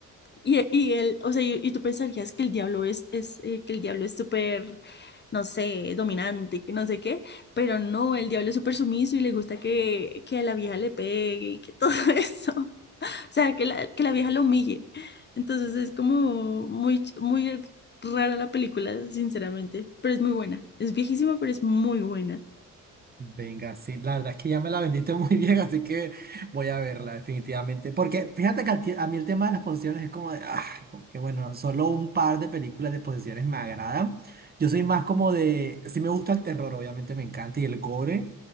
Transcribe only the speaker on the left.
Y, y él, o sea, y, y tú pensarías que el diablo es, es eh, que el diablo es súper, no sé, dominante, que no sé qué, pero no, el diablo es súper sumiso y le gusta que, que a la vieja le pegue y que todo <laughs> eso. O sea, que la, que la vieja lo humille. Entonces es como muy, ch- muy rara la película, sinceramente, pero es muy buena. Es viejísima, pero es muy buena.